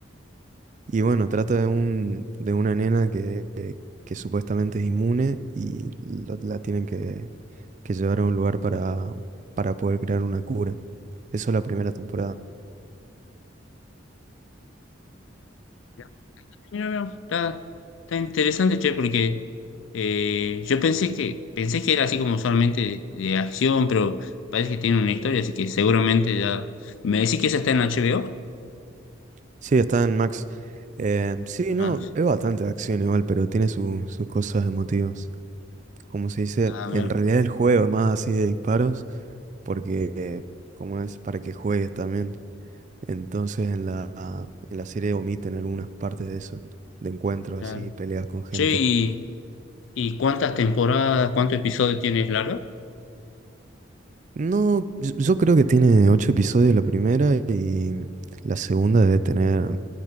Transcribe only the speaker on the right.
Y bueno, trata de un, de una nena que, que, que supuestamente es inmune y la, la tienen que, que llevar a un lugar para, para poder crear una cura. Eso es la primera temporada.
Sí, está en Max. Eh, sí,
no, es bastante de acción igual, pero tiene su- sus cosas emotivas. Como se dice,
en realidad el juego es más así de disparos, porque eh, como es para que juegues también. Entonces en la, en la serie omiten algunas partes de eso, de encuentros
así, peleas con gente.
No, yo yo creo que tiene ocho episodios la primera y la segunda debe tener